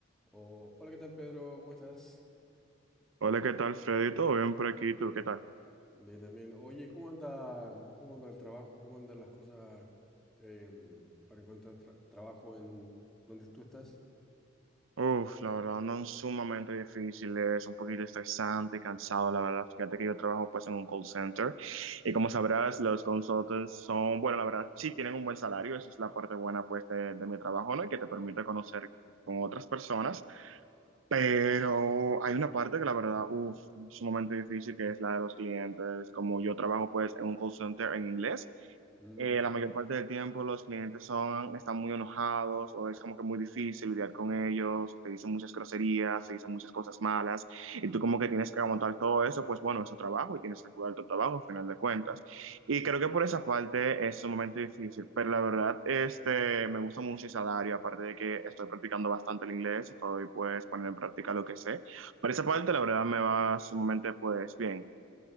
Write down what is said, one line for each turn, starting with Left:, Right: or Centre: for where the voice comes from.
Centre: Oh, hola, ¿qué tal, Pedro? ¿Cómo estás?
Right: Hola, ¿qué tal, Freddy? ¿Todo bien por aquí? ¿Tú qué tal?
Centre: Bien, también. Oye, ¿cómo anda, cómo anda el trabajo? ¿Cómo andan las cosas em, para encontrar tra- trabajo en donde tú estás?
Right: Uf, la verdad andan sumamente difíciles, un poquito estresante, cansado, la verdad. Fíjate que yo trabajo pues en un call center y como sabrás, los consultants son, bueno, la verdad, sí tienen un buen salario, esa es la parte buena pues de, de mi trabajo, ¿no? Y que te permite conocer con otras personas, pero hay una parte que la verdad, uf, sumamente difícil, que es la de los clientes. Como yo trabajo pues en un call center en inglés.
Centre: Mm.
Right: eh, la mayor parte del tiempo los clientes son, están muy enojados o es como que muy difícil lidiar con ellos, te dicen muchas groserías, te dicen muchas cosas malas y tú como que tienes que aguantar todo eso, pues bueno, es tu trabajo y tienes que cuidar tu trabajo al final de cuentas. Y creo que por esa parte es un momento difícil, pero la verdad este, me gusta mucho el salario, aparte de que estoy practicando bastante el inglés, estoy pues poniendo en práctica lo que sé. Por esa parte la verdad me va sumamente pues bien.